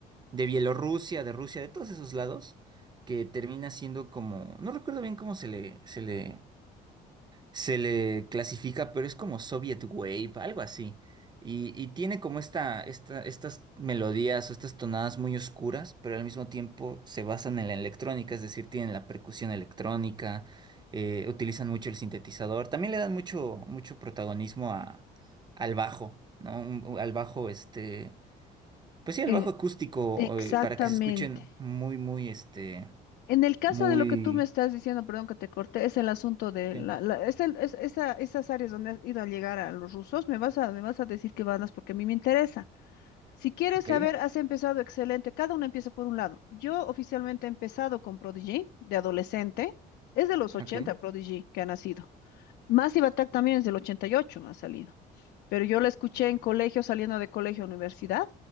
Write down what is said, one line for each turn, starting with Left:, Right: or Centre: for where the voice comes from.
Right: de Bielorrusia, de Rusia, de todos esos lados, que termina siendo como, no recuerdo bien cómo se le, se le, se le clasifica, pero es como Soviet Wave, algo así. Y, y tiene como esta, esta, estas melodías o estas tonadas muy oscuras, pero al mismo tiempo se basan en la electrónica, es decir, tienen la percusión electrónica, eh, utilizan mucho el sintetizador, también le dan mucho, mucho protagonismo a, al bajo, ¿no? Un- al bajo, este, pues sí, al
Left: Eh,
Right: bajo acústico,
Left: exactamente.
Right: eh, para que se escuchen muy, muy, este,
Left: En el caso
Right: muy...
Left: de lo que tú me estás diciendo, perdón que te corté, es el asunto de
Right: Sí,
Left: la, la- es el- es- esa- esas áreas donde has ido a llegar a los rusos, me vas a, me vas a decir que van porque a mí me interesa. Si quieres
Right: ok,
Left: saber, has empezado excelente. Cada uno empieza por un lado. Yo oficialmente he empezado con Prodigy de adolescente. Es de los ochenta
Right: ok,
Left: Prodigy que ha nacido. Massive Attack también es del 88, ha salido. Pero yo la escuché en colegio, saliendo de colegio a universidad,